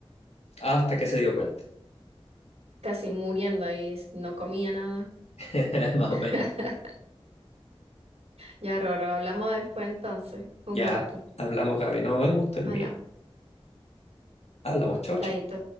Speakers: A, on the left; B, on the right.
A: hasta que se dio cuenta,
B: casi muriendo y no comía nada.
A: <laughs> más o menos.
B: <laughs> Ya, Roro, hablamos después entonces. Fue
A: Ya
B: un gusto.
A: hablamos, Gaby, no, el gusto es
B: Hola,
A: mío. Hablamos, chao,
B: chaito.
A: chao.